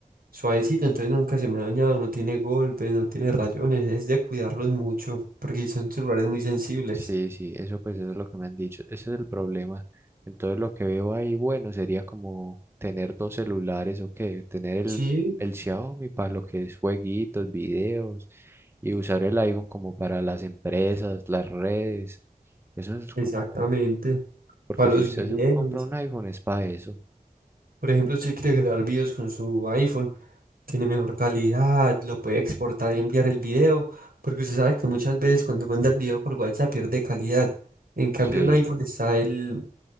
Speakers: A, on the right; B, on the right.
A: suavecito, entonces nunca se me ha dañado, no tiene golpes, no tiene rayones, es de cuidarlos mucho, porque son celulares muy sensibles.
B: Sí, sí, eso pues eso es lo que me han dicho, ese es el problema. Entonces lo que veo ahí, bueno, sería como tener dos celulares o qué, tener
A: Sí,
B: el, el Xiaomi para lo que es jueguitos, videos y usar el iPhone como para las empresas, las redes. Eso es
A: exactamente,
B: como, porque
A: para
B: si
A: los
B: usted
A: videos.
B: se compra un iPhone es para eso.
A: Por ejemplo, si quiere grabar videos con su iPhone, tiene mejor calidad, lo puede exportar y enviar el video, porque usted sabe que muchas veces cuando manda el video por WhatsApp pierde calidad. En cambio,
B: Sí.
A: en iPhone está el,